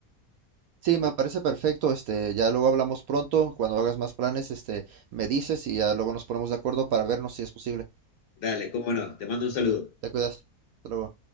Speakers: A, on the right; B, on the left.
A: Sí, me parece perfecto. Este, ya luego hablamos pronto. Cuando hagas más planes, este, me dices y ya luego nos ponemos de acuerdo para vernos si es posible.
B: Dale, cómo no, te mando un saludo.
A: Vale, te cuidas. Hasta luego.